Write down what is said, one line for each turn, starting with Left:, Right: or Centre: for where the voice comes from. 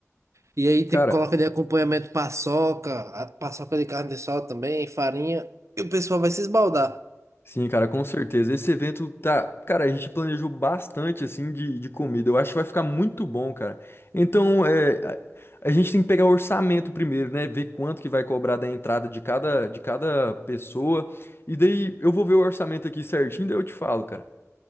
Right: E aí,
Left: Cara,
Right: tipo, coloca de acompanhamento paçoca, a paçoca de carne de sol também, farinha, e o pessoal vai se esbaldar.
Left: Sim, cara, com certeza. Esse evento tá. Cara, a gente planejou bastante, assim, de, de comida. Eu acho que vai ficar muito bom, cara. Então, é, a, a gente tem que pegar o orçamento primeiro, né? Ver quanto que vai cobrar da entrada de cada, de cada pessoa. E daí eu vou ver o orçamento aqui certinho, daí eu te falo, cara.